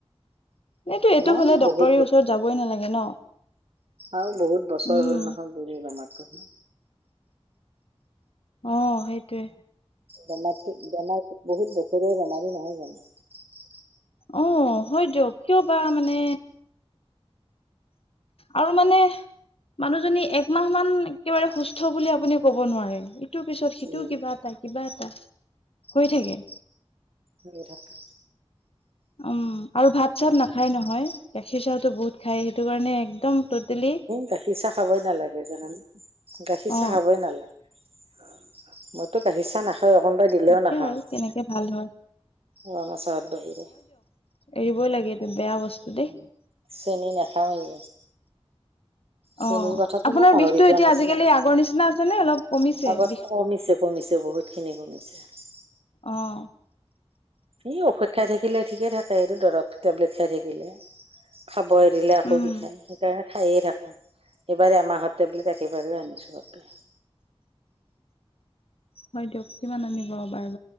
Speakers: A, on the left; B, on the right.
A: এইটো এইটো
B: নাই
A: হ'লে ডক্তৰৰ
B: বহুত বছৰ
A: ওচৰত যাবই নালাগে ন।
B: আৰু বহুত বছৰ
A: উম
B: হ'ল নহয় বুৰু আমাৰো।
A: অ সেইটোৱে।
B: বেমাৰ বেমাৰ বহুত বখৰীয়া বেমাৰী নহয় জানো।
A: অ হয় দিয়ক কিয় বা মানে আৰু মানে। মানুহজনী একমাহ মান একেবাৰে সুস্থ বুলি আপুনি ক'ব নোৱাৰে ইটোৰ পিছত সিটোও
B: উম
A: কিবা এটা। কিবা এটা হৈ থাকে
B: হৈ থাকে
A: উম আৰু ভাত চাত নাখায় নহয় গাখীৰ চাহতো বহুত খায় সেইটো কাৰণে একদম। টটেলি
B: গাখীৰ চাহ খাবই নালাগে জানানে গাখীৰ
A: অ
B: চাহ খাবই নালাগে। মইতো কাঢ়িছা না। খ অকণমানাই দিলেও
A: তাকে
B: নাখাওঁ
A: আৰু কেনেকে ভাল হয়
B: ৰঙাচৰত বাহিৰে
A: এৰিই লাগে এইটো বেয়া বস্তু
B: উ
A: দেই
B: চেনি নেখায়েই শ্ৰেনীৰ
A: অ
B: কথাাতটো
A: আপোনাৰ
B: মোক পাহৰি
A: বিষটো
B: যোৱা
A: এতিয়া
B: নিচিনা
A: আজিকালি আগৰ নিচিনা আছে নে অলপ কমিছে
B: আগত
A: বিষ
B: কমিছে কমিছে বহুত বহুত খিনি বমিছে
A: আহ।
B: এ ঔষধ খাই থাকিলে ঠিকে থাকে এইটো দৰৱ টেবলেট খাই থাকিলে খ। বই দিললে আকৌ
A: উম
B: বিষায় সেইকাৰণে। খায়ে থাকোঁ এইবাৰেই আমাৰত টেবলেট একেবাৰেেই আনিছোঁ বাপে।
A: হয় দিয়ক কিমান আনিব বাৰু